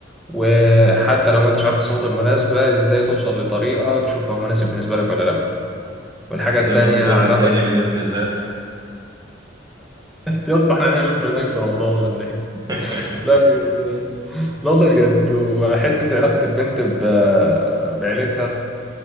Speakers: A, in the centre; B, on the right.
A: وحتى لو ما انتش عارف الصفات المناسبة ازاي توصل لطريقة تشوفها مناسب بالنسبة لك ولا لا والحاجة
B: انتظرونا
A: التانية
B: في الجزء
A: علاقة
B: التاني
A: <laughs>
B: بإذن الله
A: يا اسطى احنا هنعمل برنامج في رمضان ولا ايه؟
B: <laughs>
A: لا بجد يعني لا والله بجد وحتة علاقة البنت ب... بعيلتها